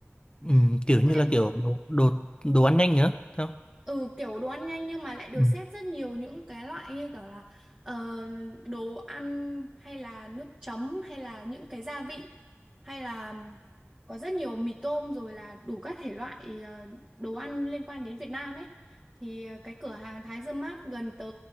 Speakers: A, on the left; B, on the right.
A: ừ, kiểu
B: Tớ
A: như
B: quên
A: là kiểu đồ đồ đồ ăn nhanh nhá sao
B: Ừ kiểu đồ ăn nhanh nhưng mà lại được
A: Ừ.
B: xếp rất nhiều những cái loại như kiểu là ờ, đồ ăn hay là nước chấm hay là những cái gia vị hay là có rất nhiều mì tôm rồi là đủ các thể loại ờ, đồ ăn liên quan đến Việt Nam ấy thì ờ, cái cửa hàng Thái Dương Mart gần tớ